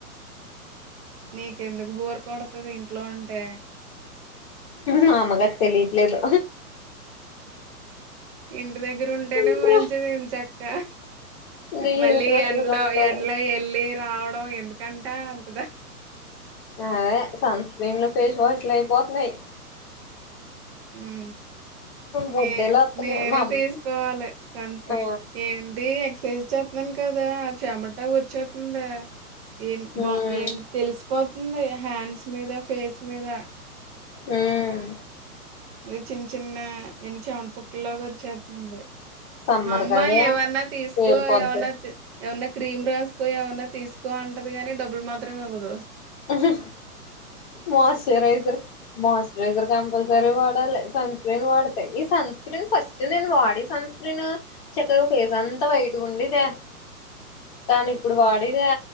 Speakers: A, on the right; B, on the left.
A: నీకెందుకు బోరు కొడతుంది ఇంట్లో ఉంటే
B: మా అమ్మకి తెలియట్లేదు
A: ఇంటి దగ్గర ఉంటేనే
B: ఇంట్రెస్ట్
A: మంచిది ఏం చక్క
B: ఇంకా
A: మళ్ళీ
B: ఏడు రోజులు
A: ఎంలో
B: కొనుక్కోవడానికి
A: ఎంలో వెళ్ళి రావడం ఎందుకంట అంతదా
B: అదే సన్ స్క్రీన్లు ఫేస్ వాష్లు అయిపోతున్నాయి
A: ఉ
B: బొడ్డేలు
A: నే
B: వస్తున్నాయి
A: నేను
B: మా అమ్
A: తీసుకోవాలి సంత
B: ఆ
A: ఏంటి ఎక్ససైజ్ వచ్చేస్తున్నాను కదా చెమటా వచ్చేతుందా ఏం
B: ఉమ్
A: బా ఏం తెలిసిపోతుంది హ్యాండ్స్ మీద ఫేస్ మీద
B: ఉమ్
A: అది చిన్న చిన్న ఇన్ని చెవ పక్కలోగా వచ్చేస్తుంది
B: సమ్మర్
A: మా అమ్మ
B: కదా
A: ఏమన్నా తీసుకో
B: పేలిపోద్ది
A: ఏమన్నా ఏమన్నా క్రీమ్ రాసు ఎక్కు ఎవైనా తీసుకో అంటది కాగానీ డబ్బులు మాత్రమే ఇవ్వదు
B: హ్మ్ హు మాయిశ్చరైజర్ మాయిశ్చరైజర్ కంపల్సరీ వాడాలి సన్ స్క్రీన్ వాడితే ఈ సన్ సన్ స్క్రీన్ ఫస్ట్ నేను వాడే సన్ స్క్రీన్ చక్కగా ఫేస్ అంతా వైట్ ఉండేదే కానీ ఇప్పుడు వాడేదా